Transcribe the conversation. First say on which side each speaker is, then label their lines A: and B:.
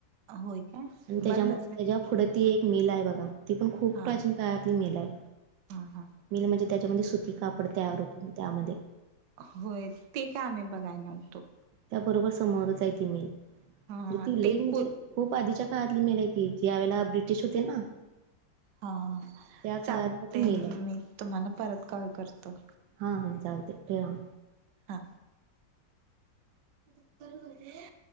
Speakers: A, on the right (about 70°); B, on the right (about 80°).
A: होय काय
B: आणि त्याच्यामुळे
A: बंदच आहे
B: त्याच्या पुढे ती एक मिला आहे बघा. ती पण खूप
A: हा
B: प्रा काळातली मिल आहे.
A: हा हा
B: मिल म्हणजे त्याच्यामध्ये सुती कापड तयार होतो त्यामध्ये
A: होय. ते काय आम्ही बघाय नव्हतो.
B: त्या बरोबर समोरच आहे तेनी.
A: हा
B: ती लई
A: ते
B: म्हणजे
A: पु
B: खूप आधीच्या काळातली मिल आहे ती. ज्यावेळेला ब्रिटिश होते ना.
A: हा.
B: त्या काळातली
A: चालते
B: ती मिल
A: मी
B: आहे
A: तुम्हाला परत कॉल करतो.
B: हा हा चालते ठेवा.
A: हा. <unintelligible>